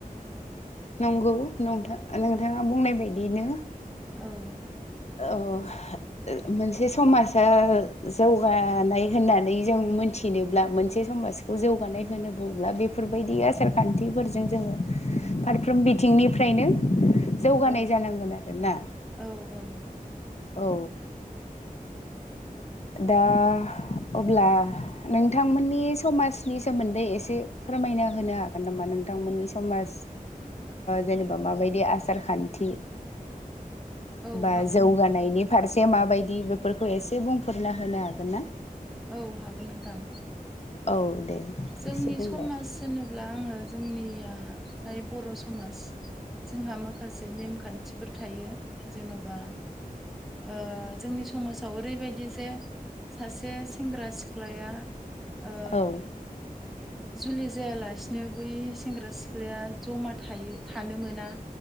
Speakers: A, on the left (about 45°); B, in the centre.
A: नंगौ नथ नोंथाङा बुंनाय बायदियैनो।
B: औ।
A: औ। मोनसे समाजा जौगानाय होननानै जों मोनथिनोब्ला मोनसे समाजखौ जौगानाय होनो बुंब्ला बेफोरबायदि आसार खान्थिफोरजों जोङो मोनफ्रोम बिथिंनिफ्रायनो जौगानाय
B: औ
A: जानांगोन आरो ना।
B: औ औ।
A: औ। दा अब्ला नोंथांमोननि समाजनि सोमोन्दै एसे फोरमायना होनो हागोन नामा नोंथांमोननि समाज
B: <inaudible>
A: जेनेबा माबायदि आसार खान्थि?
B: औ
A: बा
B: हागोन
A: जौगानायनि
B: नों
A: फारसे माबायदि बेफोरखौ एसे बुंफोरना होनो हागोन ना?
B: औ हागोन नोंथां।
A: औ दे।
B: जोंनि
A: एसे बुंलाय
B: समाज होनोब्ला आङो जोंनियाहाय ब'र समाज जोंहा माखासे नेमखान्थिफोर थायो जेनबा ओ जोंनि समाजाव ओरैबायदि जे सासे सेंग्रा सिख्लाया ओ
A: औ
B: जुलि जायालासिनो बै सेंग्रा सिख्लाया जमा थायो थानो मोना।